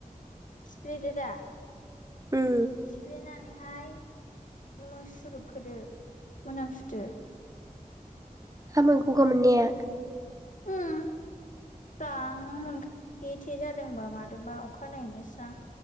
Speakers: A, on the left; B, on the right.
A: सिफ्लेदो दा
B: उम
A: सिफ्लेना नैहाय उम सुरुपखोदो मोनामसुदो
B: हामो गगा मोननया
A: उम स्रां मोनखायो थे थे जादोंबा मादोंबा अखानायनायैनो स्रां